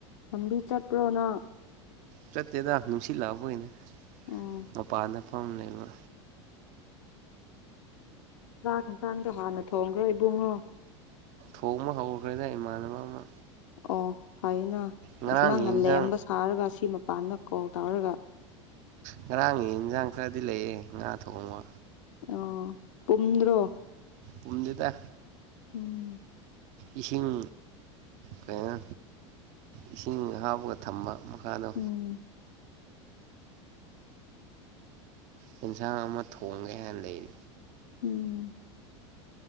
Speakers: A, on the left; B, on the right.
A: ꯂꯝꯕꯤ ꯆꯠꯄ꯭ꯔꯣ ꯅ
B: ꯆꯠꯇꯦꯗ ꯅꯨꯡꯁꯤꯠꯂꯛꯄꯒꯤꯅꯦ
A: ꯎꯝ
B: ꯃꯄꯥꯟꯗ ꯐꯝꯃ ꯂꯩꯕ
A: ꯆꯥꯛ ꯏꯟꯁꯥꯡꯗꯣ ꯍꯥꯟꯅ ꯊꯣꯡꯈ꯭ꯔꯣ ꯏꯕꯨꯡꯉꯣ
B: ꯇꯣꯡꯕ ꯍꯧꯈ꯭ꯔꯦꯗ ꯏꯃꯥꯟꯅꯕ ꯑꯃ
A: ꯑꯣ ꯐꯩꯌꯅ
B: ꯉꯔꯥꯡꯒꯤ
A: ꯑꯁ ꯅꯪꯅ
B: ꯌꯦꯟꯖꯥꯡ
A: ꯂꯦꯝꯕ ꯁꯥꯔꯒ ꯁꯤ ꯃꯄꯥꯟꯗ ꯀꯣꯜ ꯇꯧꯔꯒ
B: ꯉꯔꯥꯡꯒꯤ ꯌꯦꯟꯁꯥꯡ ꯈꯥꯔꯗꯤ ꯂꯩꯌꯦ ꯉꯥ ꯊꯣꯡꯕ
A: ꯑꯣ ꯇꯨꯝꯗ꯭ꯔꯣ
B: ꯄꯨꯝꯗꯦꯗ
A: ꯎꯝ
B: ꯏꯁꯤꯡ ꯀꯩꯅꯣ ꯏꯁꯤꯡ ꯍꯥꯞꯄꯒ ꯊꯝꯕ ꯃꯈꯥꯗ
A: ꯎꯝ
B: ꯑꯦꯟꯁꯥꯡ ꯑꯃ ꯊꯣꯡꯒꯦ ꯍꯥꯏ ꯂꯩ
A: ꯎꯝ